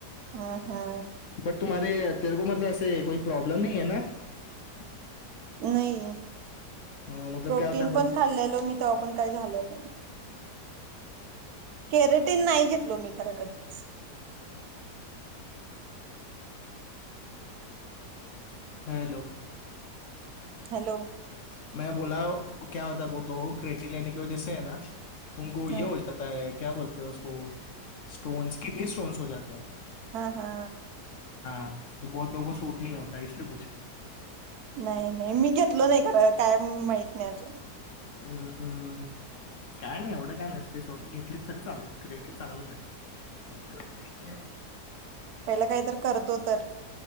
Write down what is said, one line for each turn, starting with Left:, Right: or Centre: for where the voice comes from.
Right: हा हा.
Left: बट <unintelligible>
Right: <unintelligible>
Left: मतलब
Right: प्रोटीन
Left: क्या होता है बहुत-
Right: पण खाल्लो मी तेव्हा पण काही झालं नाही. कॅरेटीन नाही घेतलो मी खरं कधीच.
Left: <unintelligible>
Right: हॅलो.
Left: <unintelligible> <unintelligible>
Right: हा
Left: <unintelligible>
Right: हा हा.
Left: <unintelligible>
Right: नाही नाही मी घेतलो नाही खरं काय माहित नाही अजून.
Left: हम्म हम्म काय नाही एवढं काय नसते सोट घेतलीच तरी चालते क्रिएटिंग चांगलं आहे.
Right: पहिला काही तर करतो तर